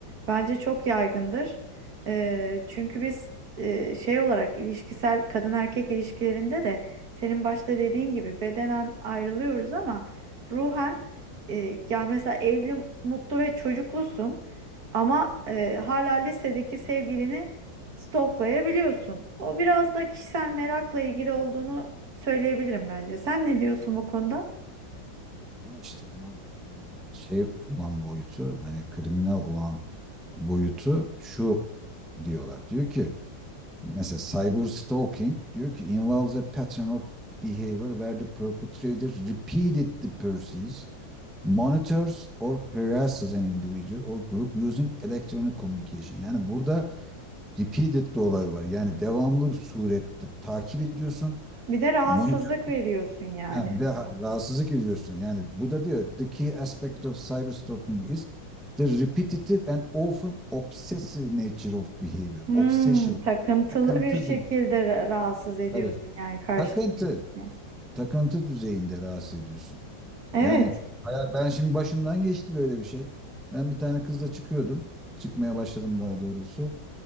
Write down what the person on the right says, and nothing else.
Bence çok yaygındır. Ee, çünkü biz e, şey olarak ilişkisel kadın erkek ilişkilerinde de senin başta dediğin gibi bedenen ayrılıyoruz ama ruhen e, ya mesela evli, mutlu ve çocuklusun ama e, hala lisedeki sevgilini stalklayabiliyorsun. O biraz da kişisel merakla ilgili olduğunu söyleyebilirim bence. Sen ne diyorsun bu konuda?
Bir de rahatsızlık
veriyorsun yani.
Hmm,
takıntılı
bir şekilde ra- rahatsız ediyorsun
yani karşıdaki
kişiyi.
Evet.